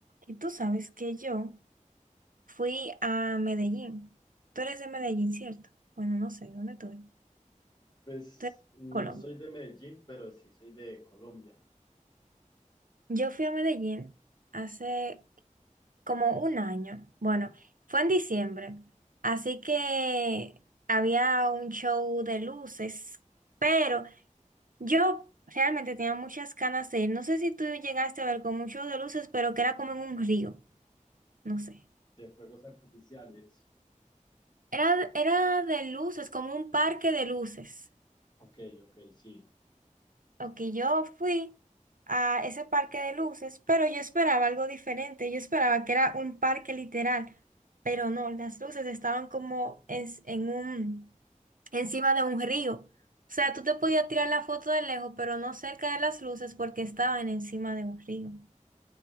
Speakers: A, on the right; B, on the left.
A: Y tú sabes que yo fui a Medellín. Tú eres de Medellín, ¿cierto? Bueno, no sé, ¿dónde tú eres?
B: Pues
A: Tú eres
B: no
A: de Colombia.
B: soy de Medellín, pero sí soy de Colombia,
A: Yo fui a Medellín hace como un año. Bueno, fue en diciembre. Así que había un show de luces, pero yo realmente tenía muchas ganas de ir. No sé si tú llegaste a ver como un show de luces, pero que era como en un río. No sé.
B: de fuegos artificiales.
A: Era, era de luces, como un parque de luces.
B: Ok, ok, sí.
A: Ok, yo fui a ese parque de luces, pero yo esperaba algo diferente. Yo esperaba que era un parque literal, pero no, las luces estaban como en, en un, encima de un río. O sea, tú te podías tirar la foto de lejos, pero no cerca de las luces porque estaban encima de un río.